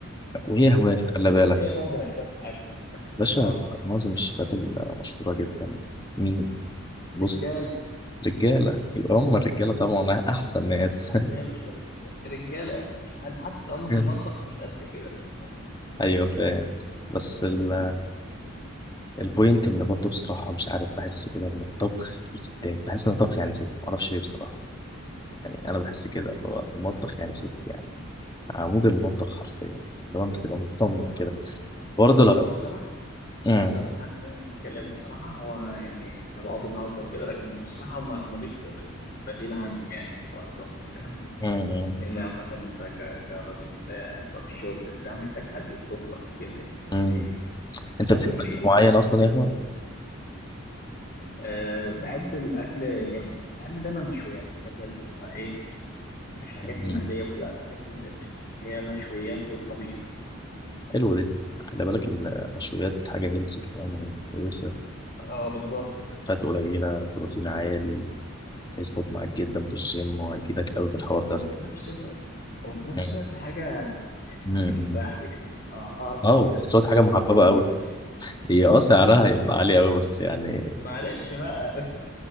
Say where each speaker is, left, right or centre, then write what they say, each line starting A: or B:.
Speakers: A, on the left; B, on the left.
A: وهي
B: و-
A: هواية خلي
B: و-
A: بالك
B: وليا نظرة شوية في الأكل
A: باشا
B: آه
A: معظم الشيفات المشهورة جدا مين
B: رجالة
A: بص رجالة يبقى هم الرجالة طبعا أحسن ناس
B: يا باشا رج- رجالة يا باشا أنا حتى
A: <laughs>
B: هم في المطبخ مش قد كده أنت فاهم؟
A: أيوه فاهم بس ال- البوينت إن برضه بصراحة مش عارف بحس كده إن الطبخ للستات بحس إن الطبخ يعني ست معرفش ليه بصراحة يعني أنا بحس كده اللي هو المطبخ يعني ست يعني عمود المطبخ حرفيا لو أنت تبقى مطمن
B: ما
A: كده
B: ما
A: برضه
B: ما
A: لا
B: ما بصراحة
A: امم
B: بصراحة خلينا نتكلم بصراحة هو يعني احنا بقى بنهزر وكده لكن بصراحة هما ما فيش ب- بديل عنهم يعني في حوار الطبخ والكلام ده
A: امم امم
B: لأن عامة أنت ك- كراجل هتبقى في الشغل بتاع محتاج حد يطبخ لك كده يعني حد
A: امم. انت
B: تاكل
A: بتحب
B: من إيده
A: اكل معين
B: أكل حلو
A: اصلا يا احمد
B: أه بحب الأكل يعني بحب دايما المشويات الحاجات اللي بتبقى إيه مش الحاجات
A: مم.
B: المقلية وكده لا الحاجات اللي هي المشويات والطبيخ
A: حلو دي خلي بالك المشويات حاجه هيلثي كمان كويسه
B: اه بالظبط
A: فات قليله بروتين عالي هيظبط معاك جدا في الجيم وهيفيدك قوي في الحوار
B: وفي
A: ده
B: نفس الوقت وفي نفس
A: مم.
B: الوقت حاجة يعني
A: مم.
B: أنا بحبها كده يعني. آه، أعرف
A: اه
B: أكلها
A: وفي نفس
B: يعني ممكن
A: الوقت حاجه
B: أكل
A: محببه
B: كل يوم
A: قوي
B: كده عادي
A: هي اه سعرها هيبقى عالي قوي بس يعني
B: معلش بقى